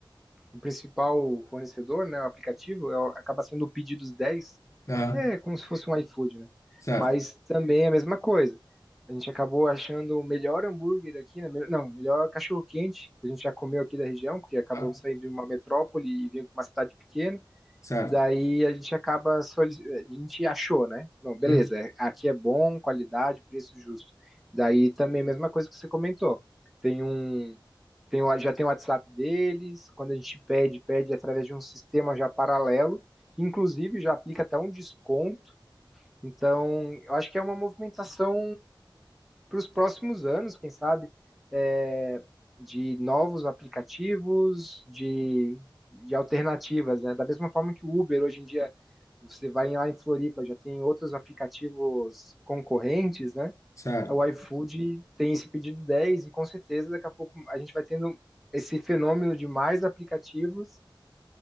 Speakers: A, in the centre; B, on the left.
A: o principal fornecedor, né, o aplicativo, é, acaba sendo o Pedidos dez,
B: Ah,
A: que é como se fosse um iFood, né?
B: certo.
A: Mas também é a mesma coisa. A gente acabou achando o melhor hambúrguer aqui, né? melhor- Não, o melhor cachorro-quente que a gente já comeu aqui da região, porque acabamos
B: Ah,
A: saindo de uma metrópole e vindo para uma cidade pequena.
B: certo.
A: Daí a gente acaba, solic- a gente achou, né? bom beleza,
B: Hum,
A: é- aqui é bom, qualidade, preço justo. Daí também, mesma coisa que você comentou. Tem um, tem, o- já tem o WhatsApp deles, quando a gente pede, pede através de um sistema já paralelo, que inclusive já aplica até um desconto. Então, eu acho que é uma movimentação para os próximos anos, quem sabe, é, de novos aplicativos, de, de alternativas, né? Da mesma forma que o Uber hoje em dia, você vai lá em Floripa, já tem outros aplicativos concorrentes, né?
B: certo.
A: O iFood tem esse pedido 10 e com certeza daqui a pouco a gente vai tendo esse fenômeno de mais aplicativos